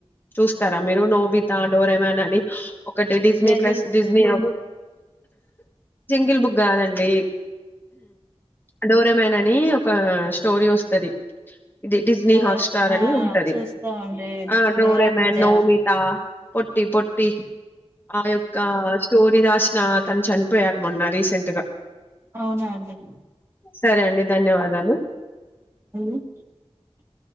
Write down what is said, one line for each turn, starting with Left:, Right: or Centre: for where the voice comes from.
Left: చూస్తారా మీరు నోబితా డోరమన్ అని ఒకటి Disney
Right: jungle
Left: plus
Right: book
Left: Disney అ జంగిల్ బుక్ కాదండి డోరే వుమెన్ అని ఒక స్టోరీ వస్తుది ఇది డిజ్నీ
Right: డోరా
Left: హాట్స్టార్
Right: ఆ
Left: అని ఉంటది
Right: చూస్తామండి
Left: ఆ డోరెమన్
Right: డోరా బుజ్జా
Left: నోమిత పొట్టి పొట్టి ఆ యొక్క స్టోరీ రాసిన అతను చనిపోయాడు మొన్నా రీసెంట్ గా
Right: అవునా అండి
Left: సరే అండి ధన్యవాదాలు
Right: <inaudible>